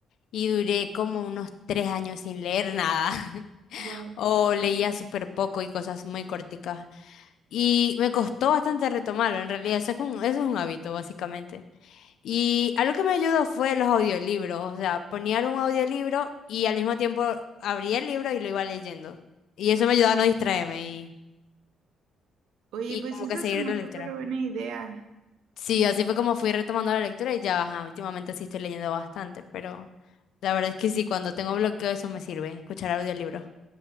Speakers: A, on the left; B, on the right.
A: y duré como unos tres años sin leer nada. <laughs>
B: Wow.
A: o leía súper poco y cosas muy corticas. Y me costó bastante retomarlo, en realidad, eso es un, eso es un hábito, básicamente. Y algo que me ayudó fue los audiolibros, o sea, ponía algún audiolibro y al mismo tiempo abría el libro y lo iba leyendo. Y eso me ayudaba a no distraerme y,
B: Oye,
A: y
B: pues
A: como
B: esa
A: que seguir
B: es una
A: la lectura.
B: súper buena idea.
A: Sí, así fue como fui retomando la lectura y ya, ajá, últimamente sí estoy leyendo bastante, pero la verdad es que sí, cuando tengo bloqueo eso me sirve, escuchar audiolibros.